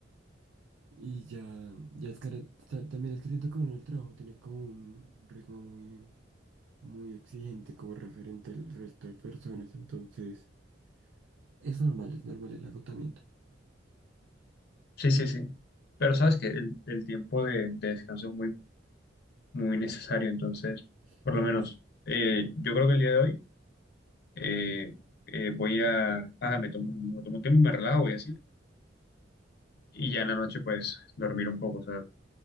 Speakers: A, on the right; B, on the left.
A: Y ya, ya es que ta- también es que siento que uno en el trabajo tiene como un ritmo muy, muy exigente como referente al resto de personas, entonces es normal, es normal el agotamiento.
B: Sí, sí, sí. Pero sabes que el, el tiempo de, de descanso es muy, muy necesario. Entonces,
A: Sí.
B: por lo menos, eh, yo creo que el día de hoy eh, eh, voy a, ah, me tomo, me tomo un tiempo y me relajo y así. Y ya en la noche, pues, dormir un poco. O sea,